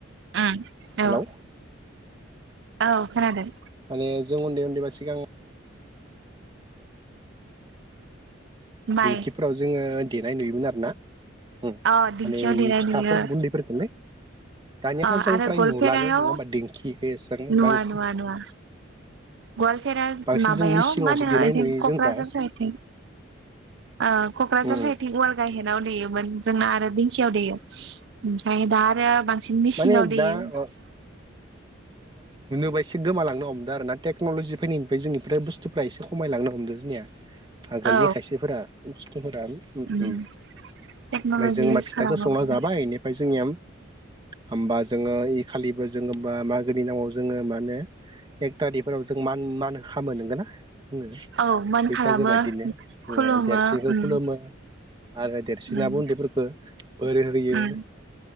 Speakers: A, on the right (about 60°); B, on the right (about 25°).
A: उम,
B: हेलौ
A: औ औ खोनादों।
B: माने जों उन्दै उन्दैबा सिगां
A: माइ
B: दिंखिफोराव जोङो देनाय नुयोमोन आरो ना। उम,
A: अ दिंखियाव
B: माने
A: देनाय
B: फिथाफोर
A: नुयो
B: गुन्दैफोरफोरखोलै। दानियाथ'
A: अ
B: जों
A: आरो
B: फ्राय
A: गवालपेरायाव
B: नुलानो नङा होमबा दिंखिखौ एसेबां
A: नुवा
B: बांसिन
A: नुवा नुवा गवालपेरा
B: बांसिन
A: माबायाव
B: जों मिसिङावसो
A: मा होनो
B: देनाय
A: दि
B: नुयो
A: कक्राझार
B: जों दा
A: साइदथिं ओ कक्राझार
B: उम
A: सायदथिं गवाल गा हायेनाव देयोमोन जोंना आरो दिंखियाव देयो ओमफ्राय दा आरो बां बि मेसिंनाव
B: माने
A: देयो
B: दा अ इसे गोमाालांनो हमदों आरो ना टेक्नलजि फैनायनिफ्राय जोंनिफ्राय बुस्थुफ्रा एसे खमायलनो हमदों जोंनिया। आगोलनि
A: औ
B: खायसेफोरा बुस्थुफोरा ओमफ्राय
A: उम टेक्न'लजि
B: जों होनबा
A: इउस
B: फिथाखौ
A: खालामो
B: संना जाबाय बेनिफ्राय जोंनिया होमबा जोङो इ खालिबो जोङो मागोनि नामाव जोङो माने एक थारिखफोराव जों मान मान खामो नोंगोन ना जोङो।
A: औ मान
B: फैसागो
A: खालामो
B: बादिनो जोङो
A: खुलुमो
B: देरसिनखौ
A: उम
B: खुलुमो। आरो देरसिनाबो
A: उम
B: उन्दैफोरखो बोर होयो
A: उम